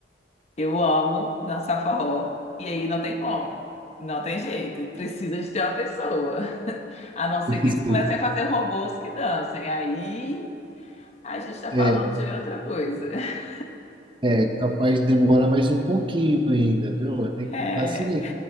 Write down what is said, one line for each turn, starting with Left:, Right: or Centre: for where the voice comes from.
Left: Eu amo dançar forró e aí não tem como. Não tem jeito, precisa de ter uma pessoa. A não
Right: precisa-
Left: ser que eles comecem a fazer robôs que dancem. Aí a gente tá
Right: É,
Left: falando de outra coisa. <laughs>
Right: é capaz de demorar mais um pouquinho ainda, viu? Tem que
Left: É,
Right: ter paciência,